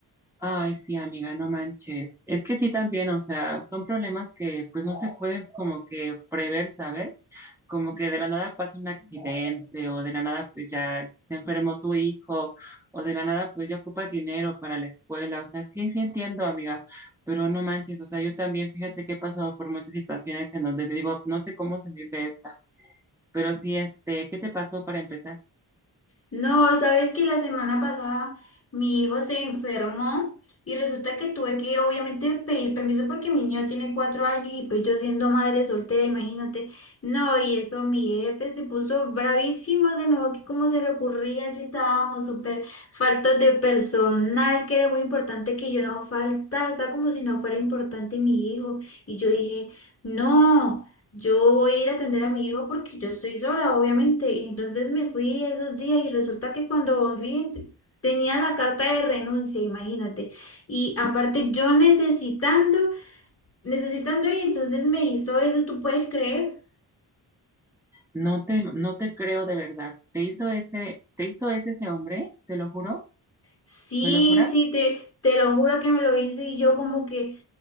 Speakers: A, in the centre; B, on the left.
A: Ay, sí, amiga, no manches. Es que sí también, o sea, son problemas que pues no se pueden como que prever, ¿sabes? Como que de la nada pasa un accidente o de la nada pues ya se enfermó tu hijo o de la nada pues ya ocupas dinero para la escuela. O sea, sí, sí entiendo, amiga, pero no manches, o sea, yo también fíjate que he pasado por muchas situaciones en donde digo, no sé cómo salir de esta. Pero sí, este, ¿qué te pasó para empezar?
B: No, sabes que la semana pasada mi hijo se enfermó y resulta que tuve que obviamente pedir permiso porque mi niño tiene cuatro años y pues yo siendo madre soltera, imagínate. No, y eso mi jefe se puso bravísimo, se enojó que cómo se le ocurría si estábamos súper faltos de personal, que era muy importante que yo no faltara, o sea, como si no fuera importante mi hijo. Y yo dije, no. Yo voy a ir a atender a mi hijo porque yo estoy sola, obviamente. Y entonces me fui esos días y resulta que cuando volví t- tenía la carta de renuncia, imagínate. Y aparte yo necesitando, necesitando y entonces me hizo eso, ¿tú puedes creer?
A: No te, no te creo de verdad. ¿Te hizo ese, te hizo ese ese hombre? Te lo juro.
B: Sí,
A: ¿Me lo jura?
B: sí, te, te lo juro que me lo hizo y yo como que...